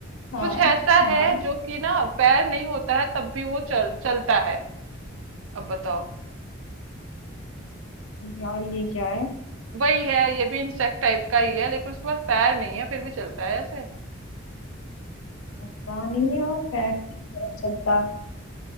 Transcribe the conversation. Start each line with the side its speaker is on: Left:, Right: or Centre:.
Left: हाँ
Right: कुछ ऐसा
Left: हाँ
Right: है जो कि ना पैर नहीं होता है तब भी वो चल चलता है अब बताओ
Left: यार ये क्या है
Right: वही है ये भी इंसेक्ट टाइप का ही है लेकिन उसके पास पैर नहीं है फिर भी चलता है ऐसे
Left: पता नहीं यार पैर नहीं चलता